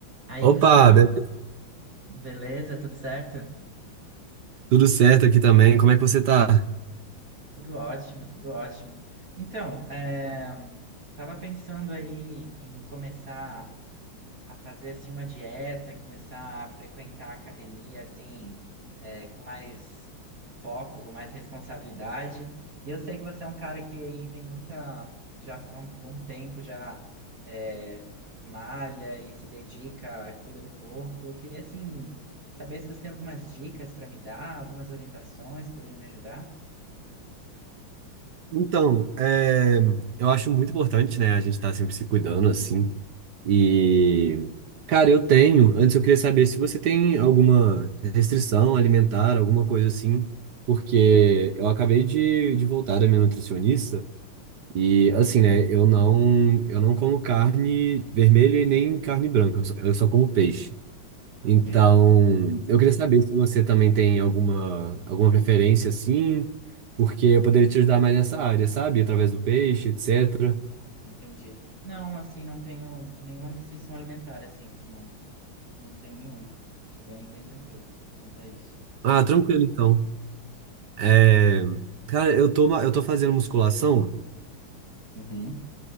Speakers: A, on the right; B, on the right.
A: Aí,
B: Opa,
A: Gustavo,
B: beleza?
A: beleza? Tudo certo?
B: Tudo certo aqui também. Como é que você tá?
A: Tudo ótimo, tudo ótimo. Então, é, tava pensando aí em começar. a fazer assim uma dieta e começar a frequentar a academia assim é, com mais foco, com mais responsabilidade. E eu sei que você é um cara que aí tem muita, já há um bom tempo já é, malha e se dedica, cuida do corpo. Eu queria assim saber se você tem algumas dicas para me dar, algumas orientações que poderiam me ajudar.
B: Então, é, eu acho muito importante, né, a gente estar sempre se cuidando assim. E, cara, eu tenho. Antes eu queria saber se você tem alguma restrição alimentar, alguma coisa assim, porque eu acabei de, de voltar da minha nutricionista e, assim, né, eu não, eu não como carne vermelha e nem carne branca, eu só, eu só como peixe.
A: Ok.
B: Então, eu queria saber se você também tem alguma, alguma preferência assim, porque eu poderia te ajudar mais nessa área, sabe? Através do peixe, etc.
A: Entendi. Não, assim, não tenho nenhuma restrição alimentar, assim, não, não tenho nenhuma. Tô bem, bem tranquilo quanto a isso.
B: Ah, tranquilo então. É, cara, eu tô, ma- eu tô fazendo musculação
A: Uhum,